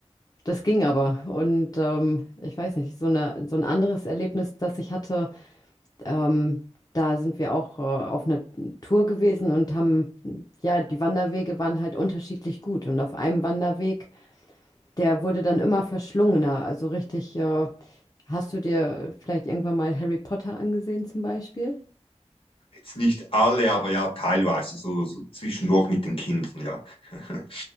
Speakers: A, on the left (about 35°); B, on the left (about 50°).
A: das ging aber. Und ähm, ich weiß nicht, so eine, so ein anderes Erlebnis, das ich hatte. Ähm, da sind wir auch äh, auf einer Tour gewesen und haben, ja, die Wanderwege waren halt unterschiedlich gut. Und auf einem Wanderweg, der wurde dann immer verschlungener. Also richtig, äh, hast du dir vielleicht irgendwann mal Harry Potter angesehen zum Beispiel?
B: jetzt nicht alle, aber ja, teilweise, so, so zwischendurch mit den Kindern, ja. <laughs>